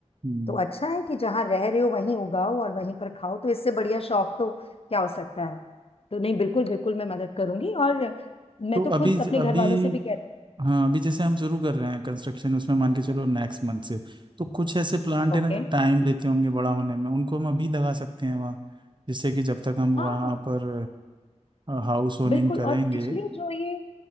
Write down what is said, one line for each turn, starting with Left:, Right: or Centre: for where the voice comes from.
Right: हम्म,
Left: तो अच्छा है कि जहाँ रह रहे हो वहीं उगाओ और वहीं पर खाओ तो इससे बढ़िया शौक तो क्या हो सकता है तो नहीं बिल्कुल बिल्कुल मैं मदद करूंगी और मैं
Right: तो
Left: तो खुद
Right: अभी
Left: अपने
Right: अभी
Left: घर वालों से भी कहती
Right: हाँ अभी जैसे हम शुरू कर रहे हैं कंस्ट्रक्शन उसमें मान के चलो नेक्स्ट मंथ से तो कुछ ऐसे प्लांट
Left: ओके
Right: है ना जो टाइम लेते होंगे बड़ा होने में उनको हम अभी लगा सकते हैं वहाँ जिससे कि जब तक हम
Left: हाँ
Right: वहाँ
Left: हाँ
Right: पर हाउस होनिंग
Left: बिल्कुल
Right: करेंगे
Left: और स्पेशली जो ये